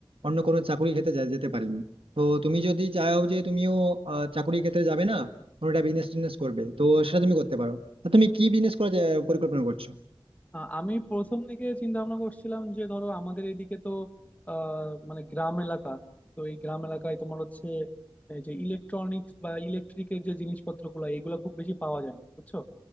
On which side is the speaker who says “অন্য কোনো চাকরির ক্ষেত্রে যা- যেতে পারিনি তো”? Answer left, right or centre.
Right